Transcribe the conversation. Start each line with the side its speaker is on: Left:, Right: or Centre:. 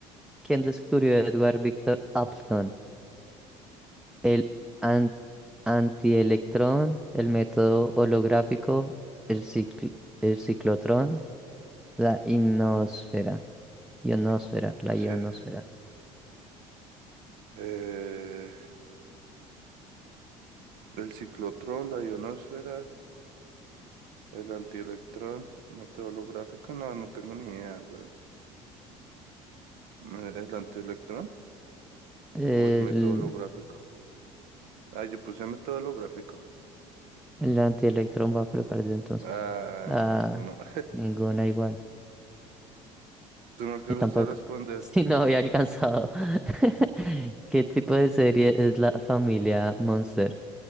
Centre: ¿Quién descubrió Edward Victor Upton? el an- antielectrón, el método holográfico, el cicl- el ciclotrón, la ionosfera, ionosfera,
Right: y-
Centre: la
Right: Sí.
Centre: ionosfera.
Right: Eh, el ciclotrón, la ionosfera, el antielectrón, método holográfico. No, no tengo ni idea, güey. Eh, ¿El antielectrón
Centre: El,
Right: o el método holográfico? Ah, yo puse método holográfico.
Centre: el antielectrón va a colocar yo entonces.
Right: Ah,
Centre: Ah,
Right: no, ninguno. <laughs>
Centre: ninguna igual.
Right: Tú no alcanzas
Centre: Y tampoco,
Right: a responder.
Centre: <laughs> si no había alcanzado. <laughs> ¿Qué tipo de serie es la familia Monster?